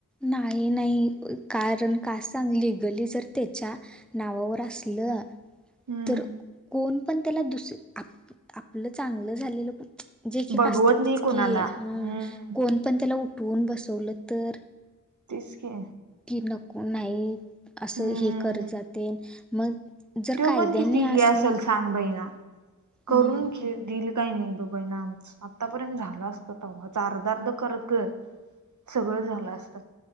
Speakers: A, in the centre; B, on the right (about 65°).
A: नाही नाही कारण का सांग लिगली जर त्याच्या नावावर असलं.
B: हम्म
A: तर कोण पण त्याला दुसर आपलं चांगलं झालेलं क. जे क
B: बघवत
A: का असतातच
B: नाही कोणाला
A: की
B: हम्म
A: हा कोण पण त्याला उठवून बसवलं तर.
B: तसके.
A: की नको नाही असं
B: हम्म
A: हे करत जाते मग. जर
B: तो
A: कायद्याने
B: पण किती ह
A: असलं
B: असल सांग बई ना
A: हम्म
B: करून घे दिल काही नाही बबाई ना आमच आत्तापर्यंत झालं असतं त च अर्ध अर्ध करत सगळं झालं असतं